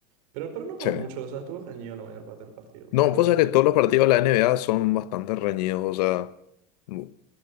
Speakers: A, on the right; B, on the left.
A: Pero, pero no por
B: Sí.
A: mucho, o sea, estuvo reñido la mayor parte del partido,
B: No,
A: pero...
B: pues es que todos los partidos de la NBA son bastante reñidos, o sea, mu-